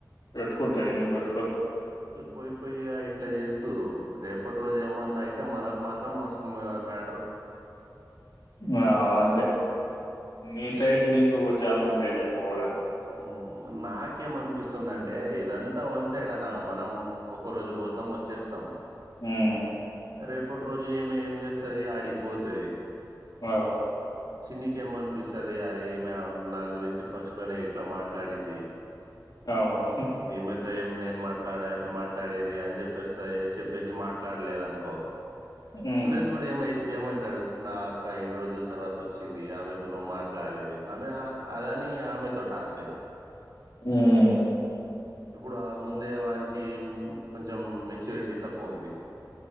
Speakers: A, on the left; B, on the right.
A: పెట్టుకుంటా ఎందుకు పెట్టుకోరు
B: పోయిపోయిగా ఇట్లా చేస్తురు రేపటి రోజు ఏమన్నా అయితే మనకు మాత్రం మస్తు మా మా
A: ఆ అంతే మీ సైడ్ నీకు వ చాలా ఉంటాయి చెప్పు పోడానికి
B: ఉమ్, నాకేమనిపిస్తుందంటే ఇదంతా వన్ సైడ్ అన్న మనం ఒక్క రోజు పోతాం వచ్చేస్తాం
A: హ్మ్
B: రేపటి రోజు ఈమె ఏం చేస్తది ఆడికిపోతది
A: అవ్
B: చిన్నికేమనిపిస్తది అరే ఈమె నా గురించి ఫస్ట్లోనే ఇట్లా మాట్లాడింది
A: అవును
B: ఈమెతో ఏం నేను మాట్లాడ మాట్లాడేది అని చెప్పేస్తే చెప్పేసి మాట్లాడలేదు అనుకో
A: ఉమ్
B: సురేష్ కూడా ఏమై ఏమంటాడు నా అక్క ఇన్ని రోజుల తర్వా తోచ్చింది ఆమెతో నువ్వు మాట్లాడలేదు ఆమె అదని ఆమెతో టార్చర్
A: ఉమ్
B: ఇప్పుడు ఆ ముందే వానికి ఇమ్ కొంచం మెచ్యూరిటీ తక్కువ ఉంది